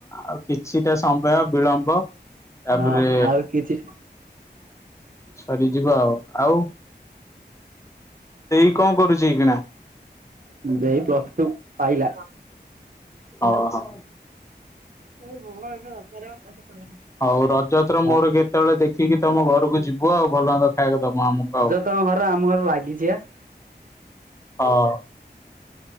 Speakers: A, on the left; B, on the right.
A: ଆଉ କିଛିଟା ସମୟ ବିଳମ୍ବ ତା
B: ହଁ
A: ପରେ
B: ଆଉ କିଛି
A: ସରିଯିବ ଆଉ ଆଉ। ଦେଇ କଣ କରୁଛି ଏଇକିଣା?
B: ଦେଇ ପ୍ଲସ୍ ଟୁ ପାଇଲା।
A: ଅ ହ।
B: <unintelligible>
A: ହଉ ରଜତର
B: ହଁ
A: ମୋର କେତେବେଳେ ଦେଖିକି ତମ ଘରକୁ ଯିବୁ ଆଉ ଭଲ ମନ୍ଦ ଖାଇବାକୁ ଦବ ଆମକୁ ଆଉ।
B: ତମ ଘର ଆମ ଘର ଲାଗିଛି ବା।
A: ହଁ